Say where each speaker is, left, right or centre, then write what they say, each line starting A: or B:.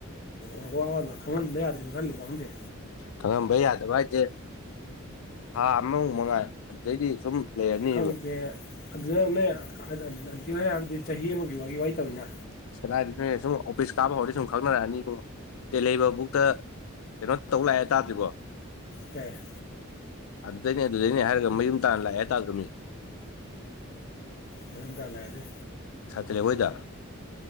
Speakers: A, on the left; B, on the left.
A: ꯎ ꯋꯥ ꯑꯅ ꯈꯪꯍꯟꯕ ꯌꯥꯗ꯭ꯔꯔꯤꯕꯅ ꯈꯜꯂꯤꯕꯣ ꯈꯪꯗꯦ
B: ꯈꯪꯉꯕ ꯌꯥꯗꯕ ꯍꯥꯏꯁꯦ ꯊꯥ ꯑꯃꯃꯨꯛ ꯃꯉꯥꯏ ꯑꯗꯨꯗꯩꯗꯤ ꯁꯨꯝ ꯂꯩꯔꯅꯤꯕ
A: ꯈꯪꯗꯦ ꯑꯗꯨꯗꯅꯦ ꯑꯟꯇꯤ ꯍ ꯍꯥꯏꯔꯕꯗꯤ ꯆꯍꯤ ꯑꯃꯒꯤ ꯋꯥꯒꯤ ꯋꯥ ꯇꯧꯋꯤꯅ
B: ꯑ ꯀꯗꯥꯏꯗꯒꯤ ꯐ ꯁꯨꯝ ꯑꯣꯐꯤꯁ ꯀꯥꯕ ꯍꯧꯔꯗꯤ ꯁꯨꯝ ꯈꯪꯅꯔꯛꯑꯅꯤ ꯏꯕꯨꯡꯣ ꯑ ꯂꯩꯕ ꯕꯨꯛꯇ ꯀꯩꯅꯣ ꯇꯧ ꯂꯥꯛꯑꯦ ꯍꯥꯏꯇꯥꯥꯔꯗꯤꯔꯤꯕꯣ
A: ꯄꯦ
B: ꯑꯗꯨꯗꯩꯅꯦ ꯑꯗꯨꯗꯩꯅꯦ ꯍꯥꯏꯔꯒ ꯃꯌꯨꯝ ꯇꯥꯅ ꯂꯥꯛꯑꯦ ꯍꯥꯏꯇꯥꯗ꯭ꯔꯅꯤ
A: ꯃꯅꯤꯝꯀꯅꯑꯗ
B: ꯁꯥꯇꯤꯂꯩ ꯍꯣꯏꯗ